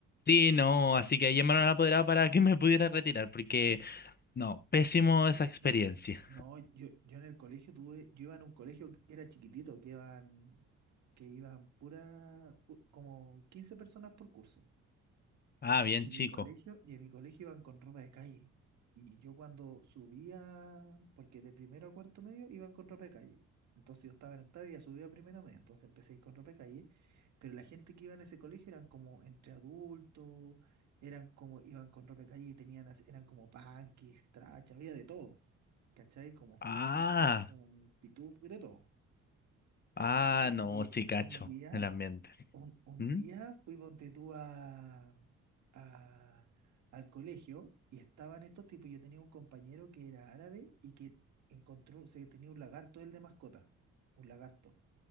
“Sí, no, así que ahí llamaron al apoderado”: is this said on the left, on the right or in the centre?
Left